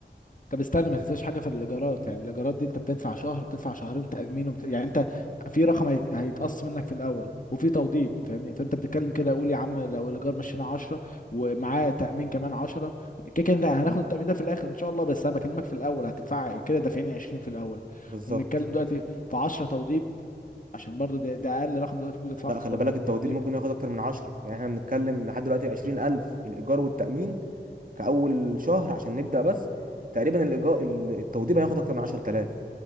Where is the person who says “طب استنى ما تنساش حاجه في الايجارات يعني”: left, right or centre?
Left